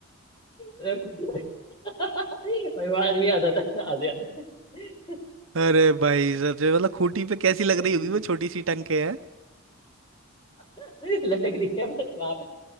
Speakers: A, on the left; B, on the right.
A: अरे खूंटी पे <laughs> भाई वो आज भी आ जाता है ना आज याद है। <laughs>
B: अरे भाई सच में मतलब खूंटी पे कैसी लग
A: भाई
B: रही होगी वो छोटी सी टंग के है
A: <laughs> लटक रही है बस वहां पे